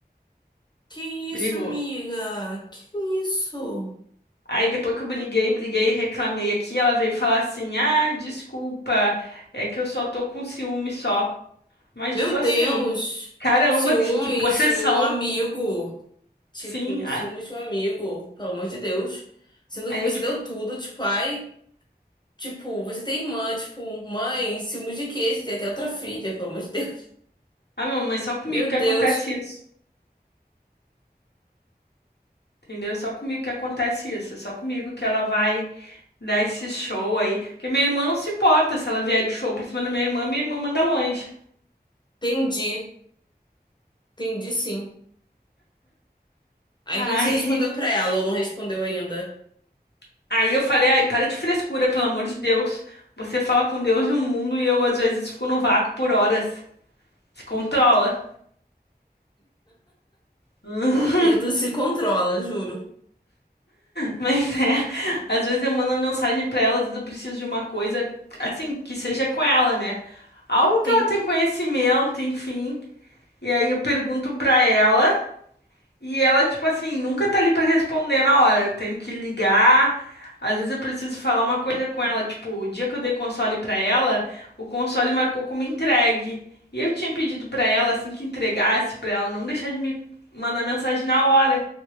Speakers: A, on the left; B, on the left.
A: Que isso,
B: brigou.
A: amiga? Que isso?
B: Aí depois que eu briguei, briguei, reclamei aqui, ela veio falar assim: "Ah, desculpa, é que eu só tô com ciúme só". Mas
A: Meu
B: tipo assim,
A: Deus!
B: caramba,
A: Ciúmes
B: que, que possessão.
A: de um amigo. Tipo,
B: Sim. Ah,
A: ciúmes de um amigo, pelo amor de Deus. Sendo
B: aí
A: que você
B: eu tipo,
A: deu tudo, tipo, ai. Tipo, você tem irmã, tipo, mãe, ciúmes de quê? Você tem até outra filha, pelo amor de Deus.
B: ah, meu, mas só comigo
A: Meu
B: que
A: Deus,
B: acontece isso. Entendeu? É só comigo que acontece isso. É só comigo que ela vai dar esse show aí. Porque minha irmã não se importa se ela vier de show pra cima da minha irmã, minha irmã manda longe.
A: entendi, entendi sim. Aí
B: Ai,
A: o que que você respondeu pra ela ou não respondeu ainda?
B: <laughs> aí eu falei, ai, para de frescura, pelo amor de Deus. Você fala com Deus e o mundo e eu às vezes fico no vácuo por horas. Se controla. <laughs>
A: Ido se controla, juro.
B: Mas é, às vezes eu mando uma mensagem pra ela, às vezes eu preciso de uma coisa assim, que seja com ela, né? Algo que
A: Sim,
B: ela tem conhecimento, enfim. E aí eu pergunto pra ela. E ela, tipo assim, nunca tá ali pra responder na hora. Eu tenho que ligar. Às vezes eu preciso falar uma coisa com ela. Tipo, o dia que eu dei console pra ela, o console marcou como entregue. E eu tinha pedido pra ela, assim que entregasse, pra ela não deixar de me mandar mensagem na hora.